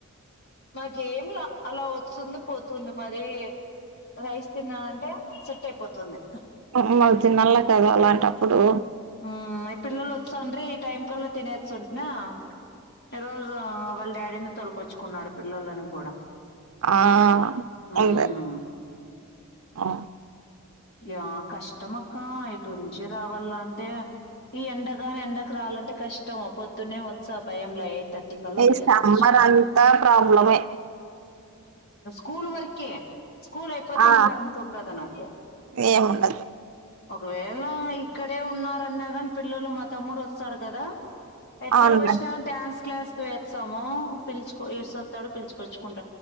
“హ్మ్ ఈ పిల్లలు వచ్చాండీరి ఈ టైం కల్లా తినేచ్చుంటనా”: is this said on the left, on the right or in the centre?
Left